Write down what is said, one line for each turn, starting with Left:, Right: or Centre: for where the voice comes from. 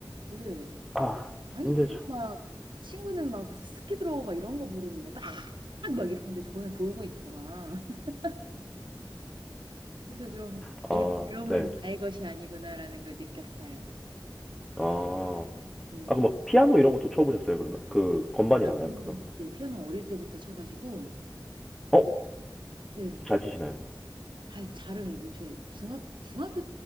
Right: 네.
Centre: 아,
Right: 아니
Centre: 힘들죠.
Right: 그리고 막 친구는 막 무슨 스키 들어 막 이런 거 부르는데 막 막
Centre: 네.
Right: 이러는데 저는 졸고 있고 막 <laughs> 그래서 좀
Centre: 아,
Right: 이 드럼은
Centre: 네.
Right: 나의 것이 아니구나라는 걸 느꼈어요.
Centre: 아,
Right: 네.
Centre: 아, 그 막 피아노 이런 것도 쳐보셨어요, 그러면? 그 건반이 나가요,
Right: 피아노는
Centre: 그거?
Right: 네, 피아노 어릴 때부터 쳐가지고
Centre: 어?
Right: 네.
Centre: 잘 치시나요?
Right: 아 잘은 못 쳐요. 중학 중학교